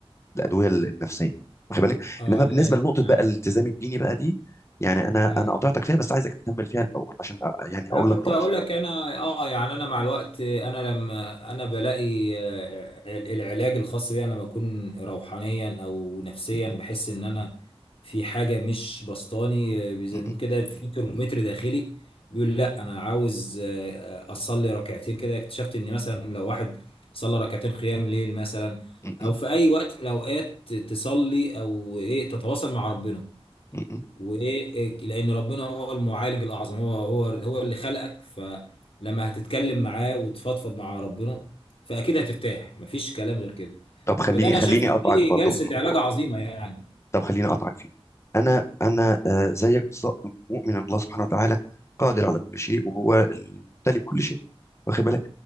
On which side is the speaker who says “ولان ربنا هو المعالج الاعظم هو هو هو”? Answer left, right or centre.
Left